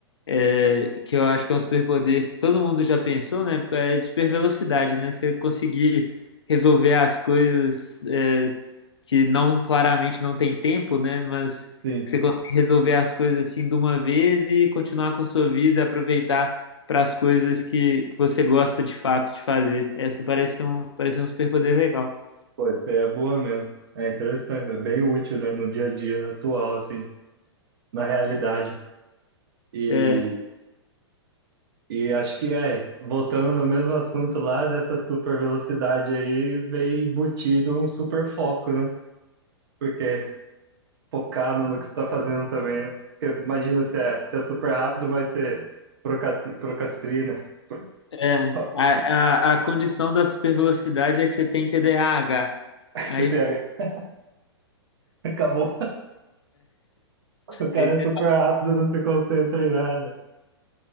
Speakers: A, on the left; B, on the right.
A: é, que eu acho que é um superpoder que todo mundo já pensou, né? Porque é de supervelocidade, né? Você conseguir resolver as coisas é, que não claramente não tem tempo, né? Mas
B: Sim,
A: que você consegue resolver as coisas assim de uma vez e continuar com a sua vida, aproveitar para as coisas que, que você gosta de fato de fazer. Essa parece um parece um superpoder legal.
B: pô, isso aí é boa mesmo. É interessante, é bem útil, né? No dia a dia atual, assim, na realidade. E,
A: É,
B: e acho que é, voltando no mesmo assunto lá, dessa super velocidade aí, vem embutido um super foco, né? Porque focar no, no que você está fazendo também, né? Porque imagina se é, se é super rápido, mas você procrasti- procrastina.
A: É,
B: <laughs>
A: a, a, a condição da supervelocidade é que você tem TDAH.
B: Você
A: Aí,
B: pega. <laughs> Acabou. O cara
A: aí você-
B: é super rápido, não se concentra em nada.